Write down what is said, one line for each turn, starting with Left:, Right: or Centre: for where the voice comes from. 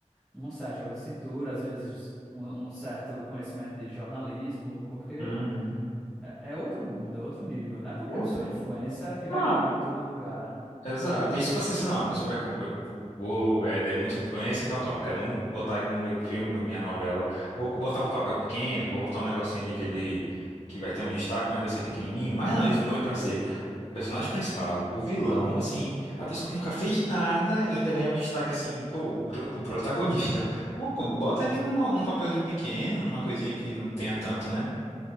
Centre: um certo jogo de cintura, às vezes um, um certo conhecimento de jornalismo, porque
Left: uhum.
Centre: é, é outro mundo, é outro nível. Não é porque
Left: Outro?
Centre: a pessoa é influencer que vai
Left: Não.
Centre: caber em todo lugar, né?
Left: Exato. E se fosse assim, não, a pessoa vai. com- Vou, é, ele é muito influência, então tal quero muito botar ele no meu filme, na minha novela. Vou botar um papel pequeno, vou botar um negocinho ali que ele. Que vai ter um destaque, mas vai ser pequenininho. Mas não, eles põem pra ser o personagem principal, o vilão, assim, a pessoa que nunca fez nada e ainda ganha um destaque, assim, pô, o pro- o protagonista. Pô, co- bota ele numa, num papelzinho pequeno, numa coisinha que não tenha tanto, né?